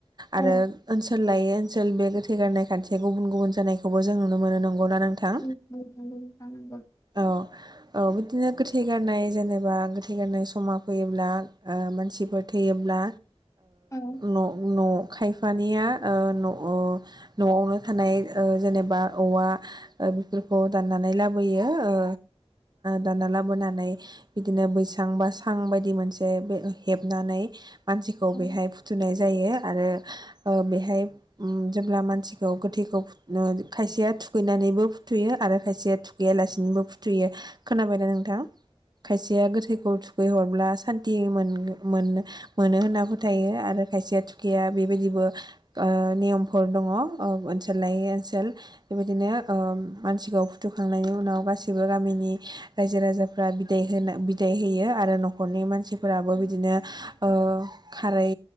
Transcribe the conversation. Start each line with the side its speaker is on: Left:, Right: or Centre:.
Left: औ
Right: आरो ओनसोल लायो ओनसोल बे गोथै गारनाय खान्थिया गुबुन गुबुन जानाय खौबो जों नुनो मोनो नंगौना नोंथां?
Left: नंगौ नोंथां नंगौ।
Right: औ। औ बिदिनो गोथै गारनाय जेनेबा गोथैगारनाय समा फैयोब्ला मानसिफोर थैयोब्ला
Left: औ
Right: न' न' खायफानिया ओ न'आवनो थानाय ओ जेनेबा औवा बेफोरखौ दाननानै लाबोयो ओ दानना लाबोनानै इदिनो बै बिसां बा सां बायदि मोनसे हेबनानै मानसिखौ
Left: औ
Right: बेहाय फुथुनाय जायो आरो बेहाय जेब्ला मानसिखौ गोथैखौ खायसेया थुखैनानैबो फुथुयो आरो खायसे थुखैयालासिनोबो फुथुयो। खोनाबायना नोंथां खायसेया गोथै खौ थुखैहरब्ला सान्थि मोन-मोन मोनो होनना फोथायो आरो खायसेया थुखैया बेबायदिबो ओ नियमफोर दङ ओ ओनसोल लायै ओनसोल बेबायदिनो ओ मानसिखौ फुथुखांनायनि उनाव गासिबो गामिनि रायजो-राजाफ्रा बिदाय होना बि दाइ होयो आरो न'खरनि मानसिफोराबो बिदिनो ओ खारै